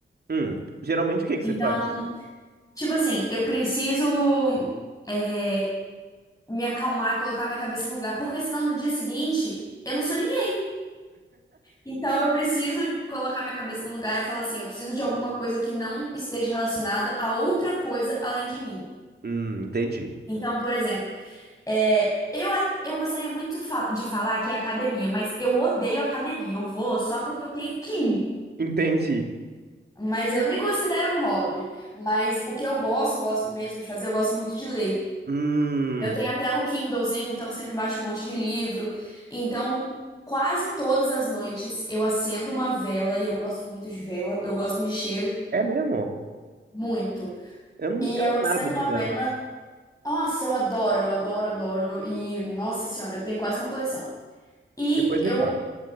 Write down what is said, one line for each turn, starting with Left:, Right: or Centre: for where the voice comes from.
Right: Hum, geralmente o que que
Left: Então,
Right: você faz?
Left: tipo assim, eu preciso é, me acalmar, colocar minha cabeça no lugar, porque senão no dia seguinte eu não sou ninguém. Então eu preciso colocar minha cabeça no lugar e falar assim, eu preciso de alguma coisa que não esteja relacionada a outra coisa além de mim.
Right: Hum, entendi.
Left: Então, por exemplo, é, eu, a- eu gostaria muito fa- de falar que é academia, mas eu odeio academia. Eu vou só porque eu tenho que ir.
Right: Entendi.
Left: Mas eu nem considero um hobby. Mas o que eu gosto, eu gosto mesmo de fazer, eu gosto muito de ler.
Right: Hum,
Left: Eu tenho até o Kindlezinho, então eu sempre baixo um monte de livro. Então, Quase todas as noites eu acendo uma vela e eu gosto muito de vela, eu gosto muito de cheiro.
Right: é mesmo?
Left: Muito.
Right: Eu não
Left: E
Right: entendo
Left: eu
Right: nada
Left: acendo
Right: de
Left: uma
Right: vela.
Left: vela. Nossa, eu adoro, eu adoro, adoro. E, nossa senhora, eu tenho quase uma coleção. E
Right: Depois
Left: eu.
Right: me fala.